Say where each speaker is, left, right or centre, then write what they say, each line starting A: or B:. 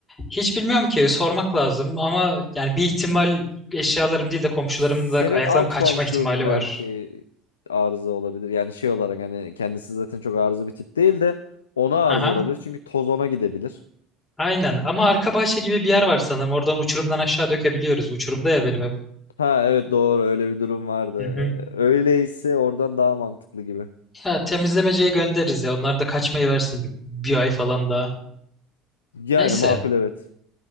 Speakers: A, on the left (about 20°); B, on the left (about 75°).
A: Hiç bilmiyorum ki sormak lazım ama yani bir ihtimal eşyalarım değil de komşularımın
B: Senin
A: da ayaklarım
B: alt
A: kaçma
B: komşun
A: ihtimali
B: belki
A: var.
B: arıza olabilir. Yani şey olarak hani kendisi zaten çok arıza bir tip değil de ona arıza
A: Aha.
B: olabilir. Çünkü toz ona gidebilir.
A: Aynen ama arka bahçe gibi bir yer var sanırım. Oradan uçurumdan aşağı dökebiliyoruz. Uçurumda ya benim ev.
B: Ha evet doğru öyle bir durum vardı.
A: Hı hı.
B: Ee, Öyleyse oradan daha mantıklı gibi.
A: Ya temizlemeciye göndeririz ya. Onlar da kaçmayı versin bir, bir ay falan daha.
B: Yani
A: Neyse.
B: makul evet.